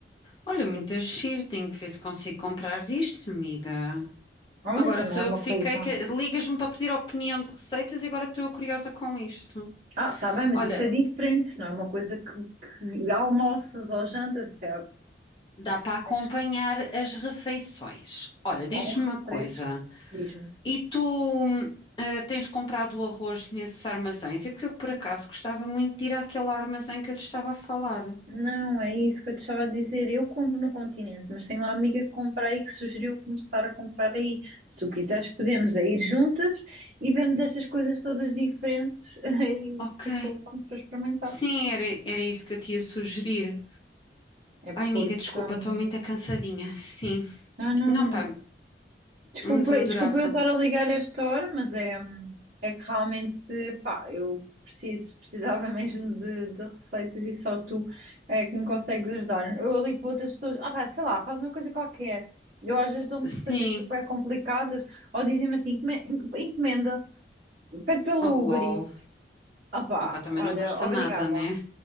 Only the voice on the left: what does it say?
Olha, muito giro, tenho que ver se consigo comprar disto, amiga.
Agora
sou
eu que
fiquei, que ligas-me para pedir opinião de receitas e agora estou eu curiosa com isto.
Olha,
dá para acompanhar
as refeições. Olha, diz-me
uma coisa.
E tu eh, tens comprado o arroz nesses armazéns? É porque eu, por acaso, gostava muito de ir àquele armazém que eu te estava a falar.
Ok.
Sim, era, era isso que eu te ia sugerir.
Ai, amiga, desculpa,
estou muito cansadinha. Sim.
Não, pá,
mas eu adorava.
Sim.
Oh,
lol.
Opa, também
não custa
nada, né?